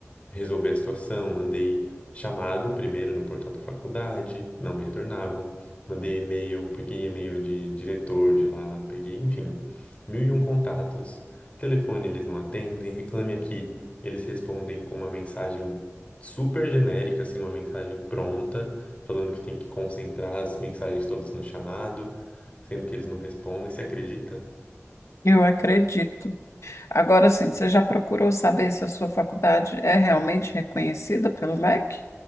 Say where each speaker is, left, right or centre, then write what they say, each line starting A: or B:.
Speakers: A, on the left; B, on the left.
A: resolver a situação, mandei chamado primeiro no portal da faculdade, não me retornavam, mandei e-mail, peguei e-mail de diretor de lá, peguei, enfim, mil e um contatos, telefone eles não atendem, reclame aqui, eles respondem com uma mensagem super genérica, assim, uma mensagem pronta, falando que tem que concentrar as mensagens todas no chamado, sendo que eles não respondem, você acredita?
B: Eu acredito. Agora sim, você já procurou saber se a sua faculdade é realmente reconhecida pelo MEC?